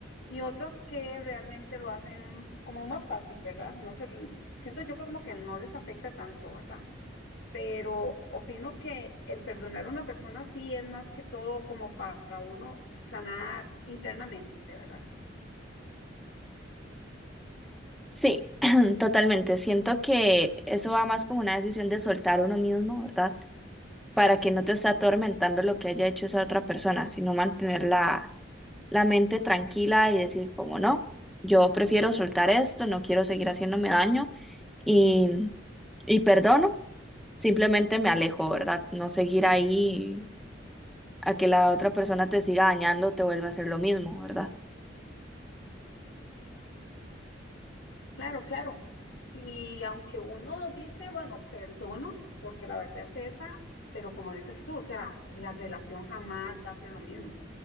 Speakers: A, on the left; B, in the centre.
A: y otras que realmente lo hacen como más fácil, ¿verdad? No se, siento yo que como que no les afecta tanto, ¿verdad? Pero opino que el perdonar a una persona sí es más que todo como para uno sanar internamente, ¿verdad?
B: Sí, <clears throat> totalmente. Siento que eso va más como una decisión de soltar uno mismo, ¿verdad? para que no te esté atormentando lo que haya hecho esa otra persona, sino mantener la, la mente tranquila y decir, como no, yo prefiero soltar esto, no quiero seguir haciéndome daño y, y perdono, simplemente me alejo, ¿verdad? No seguir ahí a que la otra persona te siga dañando, te vuelva a hacer lo mismo, ¿verdad?
A: Claro, claro. Y aunque uno dice, bueno, perdono, porque la verdad es esa, pero como dices tú, o sea, la relación jamás va a ser lo mismo.